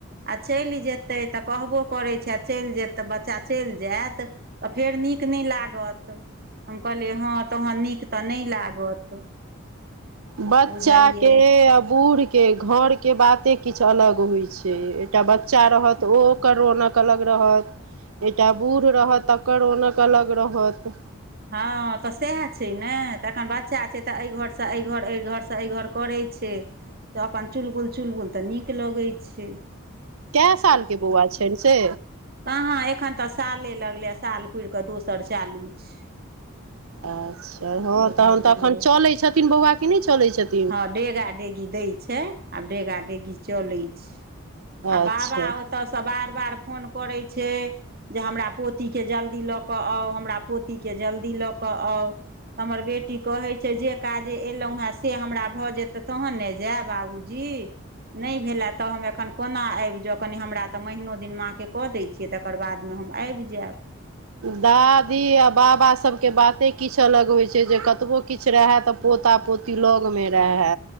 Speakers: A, on the right; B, on the right.
A: आ चइल जेतै त कहबो करै छैय आ चइल जैत त बच्चा चइल जैत त फेर नीक नै लागत, हम कहलियै हँ तहन नीक त नै लागत।
B: बच्चाके
A: बुझलियै
B: आ बूढ़ के घरके बाते किछ अलग होइ छैय एकटा बच्चा रहत ओ ओकर रोनक अलग रहत एकटा बूढ़ रहत तकर रोनक अलग रहत।
A: हँ त सेह छैय ने त एखन बच्चा छैय त अय घरसे अय घर, अय घर से अय घर करय छैय। त अपन चुलबुल -चुलबुल त नीक लगै छैय।
B: कए साल के बौआ छैन से
A: कहाँ एखन तऽ साले लगलै यैं, साल पुइर कऽ दोसर चालू छै।
B: अच्छा हँ
A: बुझलियै
B: तहन त अखन, चलै छथिन बौआ की नहि चलै छथिन।
A: हँ डेगा डेगी दै छै, आब डेगा डेगी चलै छ आ
B: अच्छा
A: बाबा ओ ओतऽ सँ बार-बार फोन करै छै, जे हमरा पोती के जल्दी लऽ कऽ आउ हमरा पोती के जल्दी लऽ के आउ, त हमर बेटी कहै छै जे काजे एलहु हैं स से हमरा भऽ जेतय तहन ने जैब बाबूजी, नहि भेला त हम एखन कोना आबि जाउ, कनि हमरा तऽ महिनो दिन माँके कऽ दै छियै, तकर बादमे हम आबि जायब।
B: दादी आ बाबा सबके बाते किछ अलग होइ छै, जे कतबो किछ रहै त पोता, पोती लग मे रहै,